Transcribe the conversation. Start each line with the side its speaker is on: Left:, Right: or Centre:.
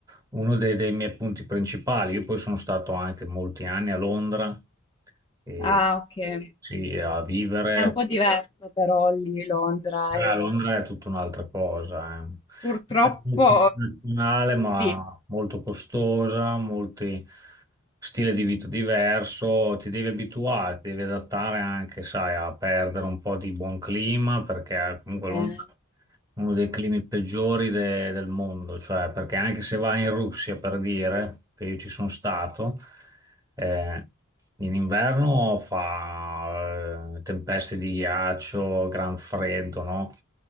Right: uno dei, dei miei punti principali. Io poi sono stato anche molti anni a Londra e
Left: Ah, ok.
Right: sì, a vivere,
Left: È un po' diverso però lì Londra.
Right: Beh,
Left: e
Right: a Londra è tutta un'altra cosa, eh.
Left: Purtroppo
Right: È molto internazionale, ma
Left: sì.
Right: molto costosa, molti stile di vita diverso, ti devi abituare, ti devi adattare anche, sai, a perdere un po' di buon clima, perché eh, comunque Londra
Left: Eh,
Right: è uno dei climi peggiori de- del mondo, cioè perché anche se vai in Russia, per dire, che io ci sono stato, eh, in inverno fa eh, tempeste di ghiaccio, gran freddo, no?